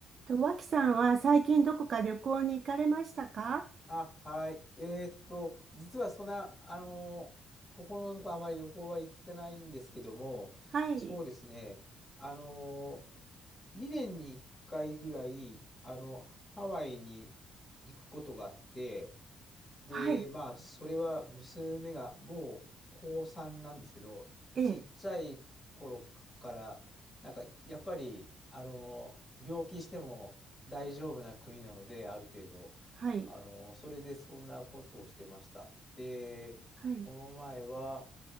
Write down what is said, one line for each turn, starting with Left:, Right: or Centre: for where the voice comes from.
Right: と、脇さんは最近どこか旅行に行かれましたか
Left: あ、はい。えーっと、実はそんな、あのーここのとこあまり旅行は行ってないんですけども、
Right: はい。
Left: そうですね、あの2年に1回ぐらい、あの、ハワイに行くことがあって、で、
Right: はい。
Left: まあ、それは娘がもう高3なんですけど、
Right: ええ。
Left: ちっちゃい頃から、なんかやっぱり、あの、病気しても大丈夫な国なので、ある程度、
Right: はい。
Left: あの、それでそんなことをしてました。で、
Right: はい。
Left: この前は、